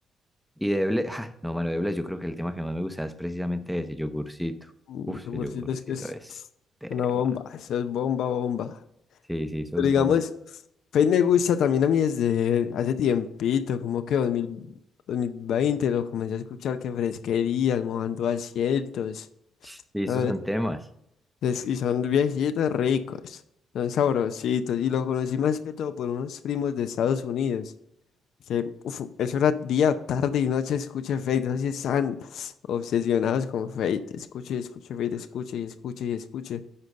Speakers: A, in the centre; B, on the left.
A: Y de Bless, ja, no, mano, de Bless, yo creo que el tema que más me gusta es precisamente ese yogurcito.
B: mm,
A: Uf,
B: Lo
A: ese
B: peorcito
A: yogurcito
B: es que es
A: es tema.
B: una bomba. Eso es bomba, bomba.
A: Sí, sí, eso
B: Pero
A: es
B: digamos,
A: bomba.
B: Fate me gusta también a mí desde hace tiempito, como que dos dos mil dos mil veinte lo comencé a escuchar que fresquería, mojando asientos.
A: Sí, esos
B: ¿sabes?
A: son temas.
B: Es- Y son viejitos ricos, son sabrositos. Y lo conocí más que todo por unos primos de Estados Unidos. Que, uf, eso era día, tarde y noche, escuche Fate. No sé si están obsesionados con Fate. Escuche y escuche Fate, escuche y escuche y escuche.